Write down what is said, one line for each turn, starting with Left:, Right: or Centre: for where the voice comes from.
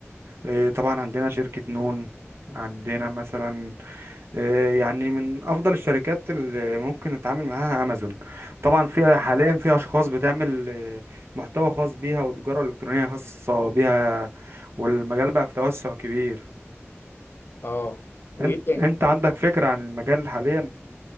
Right: إيه، طبعا عندنا شركة نون عندنا مثلا إيه، يعني من أفضل الشركات اللي ممكن نتعامل معاها أمازون طبعا في حاليا في أشخاص بتعمل إيه، محتوى خاص بيها وتجارة إلكترونية خاصة بيها والمجال بقى في توسع كبير
Left: اه وايه
Right: انت
Left: تاني
Right: انت عندك فكرة عن المجال حاليا